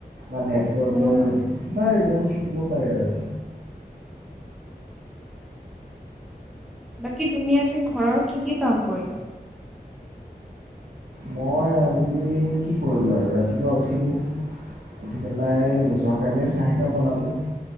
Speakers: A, on the right (about 80°); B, in the centre.
A: বা নেটৱৰ্কৰ
B: উম
A: কিবা ৰিজন থা থাকিব পাৰে আৰু
B: বাকী তুমি আজ ঘৰৰ কি কি কাম কৰিলা
A: মই আজি কি কৰিলোঁ আৰু ৰাতিপুৱা উঠিলোঁ উঠি পেলাই নিজৰ কাৰণে চাহ এক একাপ বনালোঁ